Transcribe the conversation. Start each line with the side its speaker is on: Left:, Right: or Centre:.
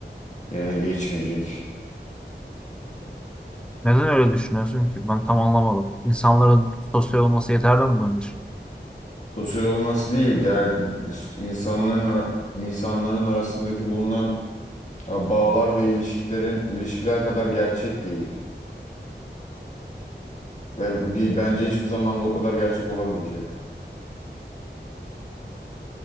Left: Yerine geçmeyecek.
Centre: Neden öyle düşünüyorsun ki? Ben tam anlamadım. İnsanların sosyal olması yeterli mi bunun için?
Left: Sosyal olması değil, ger insanların insanların arasındaki bulunan Ya bağlar ve ilişkilerin ilişkiler kadar gerçek değil. Ve bir, bence hiçbir zaman da o kadar gerçek olamayacak.